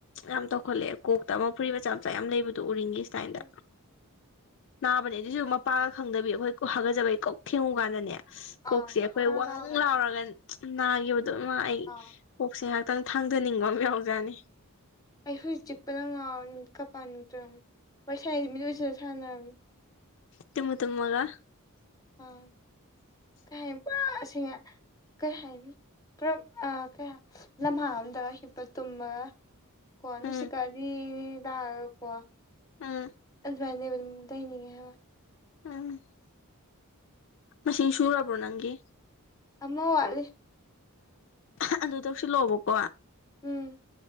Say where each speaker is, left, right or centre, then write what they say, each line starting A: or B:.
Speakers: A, on the left; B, on the left.
A: ꯌꯥꯝ ꯇꯧꯈꯠꯂꯛꯑꯦ ꯀꯣꯛꯇ ꯑꯃ ꯐꯨꯔꯤ ꯃꯆꯥ ꯃꯆꯥ ꯌꯥꯝ ꯂꯩꯕꯗꯣ ꯎꯔꯤꯡꯒꯤ ꯏꯁꯇꯥꯏꯜꯗ
B: ꯎꯝ
A: ꯅꯥꯕꯅꯦ ꯑꯗꯨꯏꯁꯨ ꯃꯄꯥꯒ ꯈꯪꯗꯕꯤ ꯑꯩꯈꯣꯏ ꯍꯥꯒꯠꯆꯕꯩ ꯀꯣꯛ ꯊꯦꯡꯉꯨ ꯀꯥꯟꯗꯅꯦ ꯀꯣꯛꯁꯦ
B: ꯑꯥ
A: ꯑꯩꯈꯣꯏ
B: ꯈꯪꯅꯥ
A: ꯋꯥꯡ
B: ꯅꯥꯕꯅꯤ
A: ꯂꯥꯎꯔꯒ ꯅꯥꯈꯤꯕꯗꯨꯣꯅ ꯑꯩ
B: ꯑꯥ
A: ꯀꯣꯛꯁꯦ ꯉꯍꯥꯛꯇꯪ ꯊꯥꯡꯗꯅꯤꯡꯕ ꯑꯃ ꯌꯥꯎꯖꯅꯤ
B: ꯑꯩ ꯍꯧꯖꯤꯛ ꯆꯤꯛꯄꯅ ꯉꯥꯎ ꯅꯨꯃꯤꯠ ꯀ ꯄꯥꯟꯅꯤꯇ꯭ꯔꯕ ꯋꯥꯔꯤꯣꯏ ꯁꯥꯏꯁꯤ ꯃꯤ ꯑꯣꯏꯖꯅ ꯁꯥꯟꯅꯔꯝꯅꯤ
A: ꯇꯃ ꯇꯪꯃꯒ <unintelligible>
B: ꯑꯥ ꯀꯩ ꯄꯁꯤꯡ <unintelligible> ꯀꯩ ꯍꯥꯏꯅꯤ ꯄꯨꯔꯞ ꯑꯥ ꯀꯩ ꯂꯝꯍꯥꯡ ꯑꯝꯗ ꯍꯤꯞꯄ ꯇꯨꯝꯃꯒ ꯀꯅꯁꯤꯀꯥꯗꯤꯗ
A: ꯎꯝ
B: ꯀꯣꯋꯥ
A: ꯎꯝ
B: ꯑꯗꯨ <unintelligible> ꯂꯩꯅꯤꯡꯉ‌ꯦ ꯍꯥꯏꯕ
A: ꯎꯝ <unintelligible> ꯉꯁꯤ ꯁꯨꯔꯕ꯭ꯔꯣ ꯅꯪꯒꯤ
B: ꯑꯃ ꯋꯥꯠꯂꯤ
A: ꯎꯝ ꯑꯗꯨ ꯇꯧꯁꯤꯜꯂꫭꯑꯣꯕꯀꯣ
B: ꯎꯝ